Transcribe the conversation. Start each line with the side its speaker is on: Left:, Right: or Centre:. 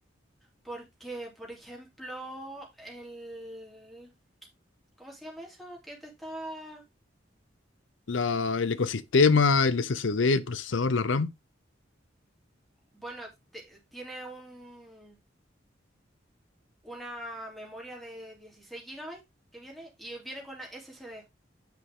Centre: Porque, por ejemplo, el... ¿Cómo se llama eso? Que te estaba...
Left: la, el ecosistema, el S S D el procesador, la RAM.
Centre: Bueno, te- tiene un, una memoria de 16 gigabytes que viene y viene con SSD.